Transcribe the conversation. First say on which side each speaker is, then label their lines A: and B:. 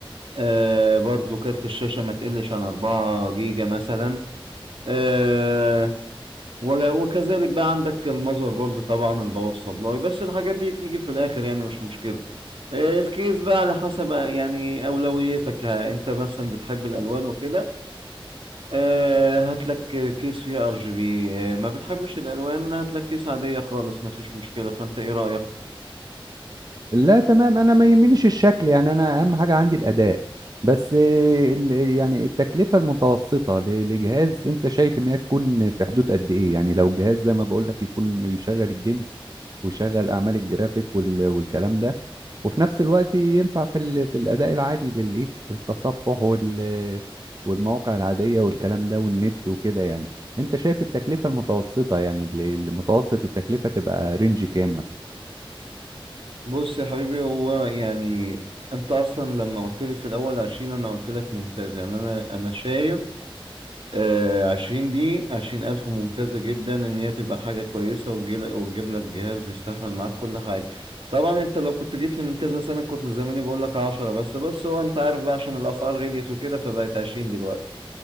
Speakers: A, on the right; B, on the right.
A: آه برضو كارت الشاشة ما تقلش عن 4 جيجا مثلا آه وك- وكذلك بقى عندك المذر بورد طبعا الباور سبلاي بس الحاجات دي تيجي في الاخر يعني مش مشكلة آه الكيس بقى على حسب آه، يعني اولويتك آه انت مثلا بتحب الالوان وكده آه، هات لك كيس فيها ار جي بي ما بتحبش الالوان هات لك كيس عاديه خالص ما فيش مشكله فانت ايه رايك
B: لا تمام انا ما يهمنيش الشكل يعني انا اهم حاجه عندي الاداء بس آه، ال- يعني التكلفه المتوسطه ل- لجهاز انت شايف ان هي تكون في حدود قد ايه يعني لو جهاز زي ما بقول لك يكون بيشغل الجيمز ويشغل اعمال الجرافيك وال- والكلام ده وفي نفس الوقت ينفع في ال- في الاداء العادي للايه التصفح وال والمواقع العاديه والكلام ده والنت وكده يعني انت شايف التكلفه المتوسطه يعني ال- المتوسط التكلفه تبقى رينج كام مثلا
A: بص يا حبيبي هو يعني انت اصلا لما قلت لي في الاول عشرين انا قلت لك ممتاز يعني انا انا شايف آه، عشرين دي عشرين الف ممتازه جدا ان هي تبقى حاجه كويسه وتجيل- وتجيب لك جهاز يستحمل معاك كل حاجه طبعا انت لو كنت جيت لي من كذا سنه كنت زماني بقول لك عشرة بس بس هو انت عارف بقى عشان الاسعار غليت وكده فبقت عشرين دلوقتي